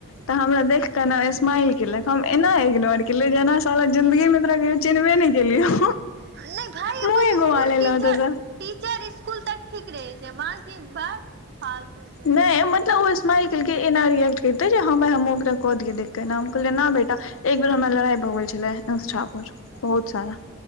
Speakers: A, on the left (about 65°); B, on the right (about 50°).
A: तऽ हमरा देख के न स्माइल केलक हम एना इग्नोर। केलिए जेना साला जिन्दगी मे तोरा कहियो चिनबे नै केलियौ।
B: नई भाइ अपन
A: मुँहे घुमा
B: स्कुल
A: लेलौं
B: टीचर।
A: ओतऽसँ
B: टीचर स्कूल तक ठीक रहे छै बाकी ब। फालतू।
A: नहि मतलब होइझे। स्मइल केलके एना रिएक्ट करते जे हा भाई हमहू ओकरा क दिए देखके एना हम कहलिये न बेटा एक बेर हमरा लड़ाई। गूगल छलैह इंस्टा पर बहुत सारा।